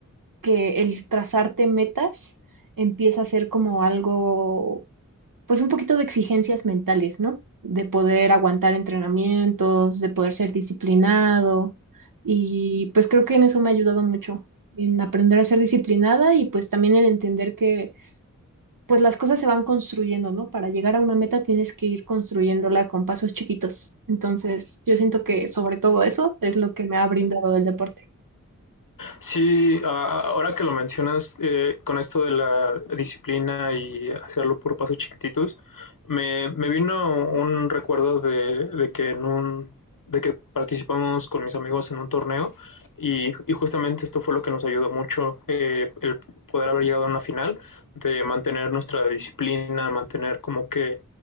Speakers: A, on the right (about 85°); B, on the left (about 80°).
A: que el trazarte metas empieza a ser como algo pues un poquito de exigencias mentales, ¿no? De poder aguantar entrenamientos, de poder ser disciplinado. Y pues creo que en eso me ha ayudado mucho, en aprender a ser disciplinada y pues también en entender que pues las cosas se van construyendo, ¿no? Para llegar a una meta tienes que ir construyéndola con pasos chiquitos. Entonces, yo siento que sobre todo eso es lo que me ha brindado el deporte.
B: Sí, a- ahora que lo mencionas, eh, con esto de la disciplina y hacerlo por pasos chiquititos, me, me vino un recuerdo de, de que en un, de que participamos con mis amigos en un torneo y, y justamente esto fue lo que nos ayudó mucho, eh, el poder haber llegado a una final, de mantener nuestra disciplina, mantener como que